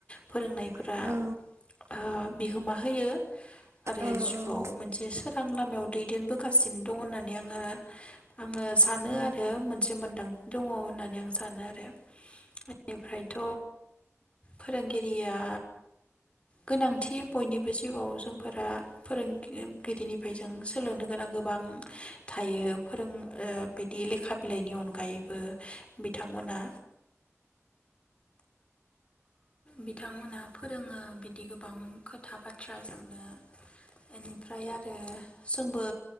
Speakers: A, on the left (about 25°); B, on the right (about 70°).
A: फोरोंनायफोरा
B: औ
A: ओ बिहोमा होयो आरो
B: औ
A: जिउआव
B: औ
A: मोनसे सोर आ लामायाव दैदेनबोगासिनो दं होननानै आङो आङो सानो
B: औ
A: आरो मोनसे मोनदांथि दङ होननानै आं सानो आरो बेनिफ्रायथ फोरोंगिरिया गोनांथि बयनिबो जिउआव जोंफोरा फोरोंगिरिनिफ्राय जों सोलोंनो गोनां गोबां थायो फोरों ओ बिदि लेखा बिलाइनि अनगायैबो बिथांमोनहा बिथांमोनहा फोरोङो बिदि गोबां खोथा बाथ्रा जोंनो इनिफ्राय आरो जोंबो